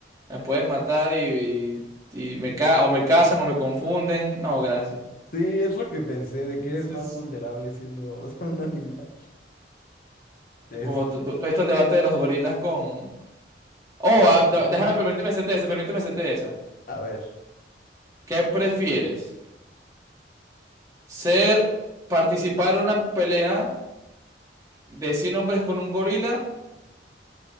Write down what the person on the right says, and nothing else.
me pueden matar y, y, y me ca- o me casan o me confunden, no, gracias.
Entonces,
Como t- t- todo esto el debate de los gorilas con... Oh,
ah,
te-
déjame, permíteme hacerte esa, permíteme hacerte esa.
¿Qué prefieres? ¿Ser, participar en una pelea de 100 hombres con un gorila